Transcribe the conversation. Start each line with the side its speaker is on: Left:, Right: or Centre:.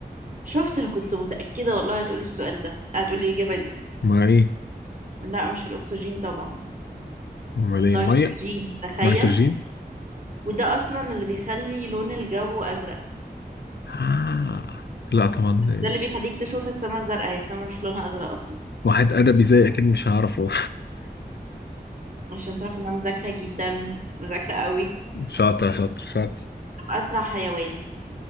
Right: شفت انا كنت متأكدة والله هتقولي السؤال ده هتقولي الإجابة دي
Left: ما إيه
Right: لا مش الأكسجين طبعا
Left: أمال إيه
Right: نيتروجين
Left: مية
Right: تخيل
Left: نيتروجين
Right: وده أصلا اللي بيخلي لون الجو أزرق
Left: آه لا طبعا آه،
Right: ده اللي بيخليك تشوف السماء زرقاء هي السماء مش لونها أزرق أصلا
Left: واحد أدبي زي أكيد مش هعرفه
Right: عشان تعرف إن أنا مذاكرة جدا مذاكرة قوي
Left: <laughs> شاطر شاطر شاطر
Right: أسرع حيوان